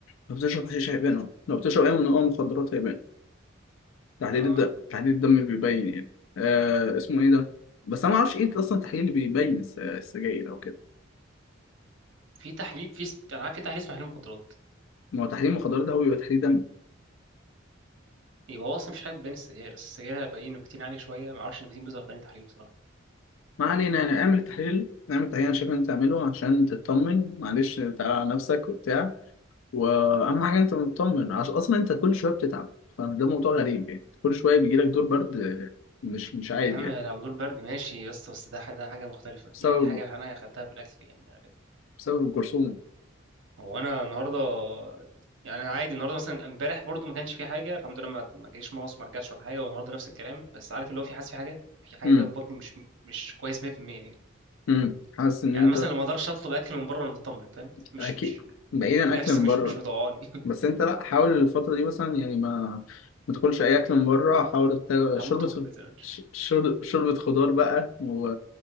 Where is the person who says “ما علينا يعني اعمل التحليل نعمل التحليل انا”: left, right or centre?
Left